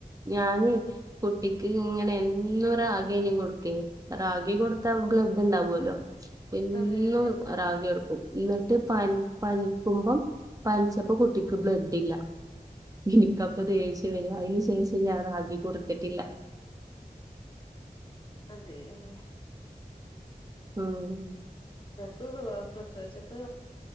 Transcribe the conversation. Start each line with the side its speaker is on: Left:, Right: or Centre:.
Right: ഞാന് കുട്ടിക്ക്ങ്ങനെ എന്നോരാഗ്യയ്നും കൊടുക്കല് രാ ഗി കൊടു താമ്ക്ക് ലഭ്യണ്ടാവല്ലോ എന്നും
Left: അതെ അതെ
Right: രാഗിയ കൊടുക്ക ന്നിട്ട് പ പനിക്കുമ്പം പനിച്ചപ്പോ കുട്ടിക്ക് ബ്ലഡില്ല എനിക്കപ്പൊ ദേഷ്യവര അതിന് ശേഷം ഞാൻ റാഗി കൊടുത്തിട്ടില്ല
Left: അതെ അതെ
Right: ആം
Left: ഇപ്പ പ്രസവിച്ചപ്പോ